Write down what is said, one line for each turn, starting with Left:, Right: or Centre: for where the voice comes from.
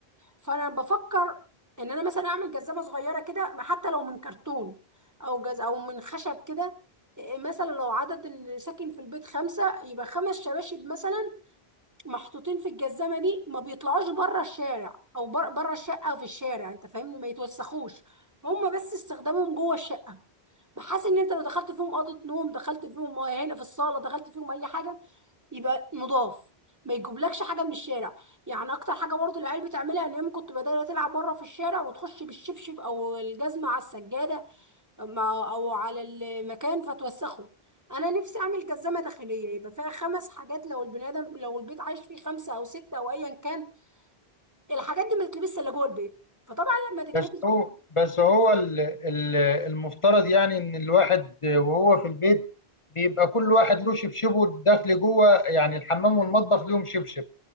Right: فانا بفكر ان انا مثلا اعمل جزمه صغيره كده ما حتى لو من كرتون او جز او من خشب كده إيه مثلا لو عدد اللي ساكن في البيت خمسه يبقى خمس شباشب مثلا محطوطين في الجزمه دي ما بيطلعوش بره الشارع او بر- بره الشقه او في الشارع انت فاهمني ما يتوسخوش هما بس استخدامهم جوه الشقه بحيث ان انت لو دخلت فيهم اوضه نوم دخلت فيهم هنا في الصاله دخلت فيهم اي حاجه يبقى نضاف ما يجيبلكش حاجه من الشارع يعني اكتر حاجه برضه العيال بتعملها ان هي كنت بدأت تلعب بره في الشارع وتخش بالشبشب او الجزمه على السجاده ما- او على المكان فتوسخه انا نفسي اعمل جزمه داخليه يبقى فيها خمس حاجات لو البني ادم لو البيت عايش فيه خمسه او سته او ايا كان الحاجات دي ما تتلبسش الا جوه البيت فطبعا لما تتلبس
Left: بس هو
Right: جوه
Left: بس هو ال- ال- المفترض يعني إن الواحد وهو في البيت بيبقى كل واحد له شبشبه داخل جوه يعني الحمام والمطبخ ليهم شبشب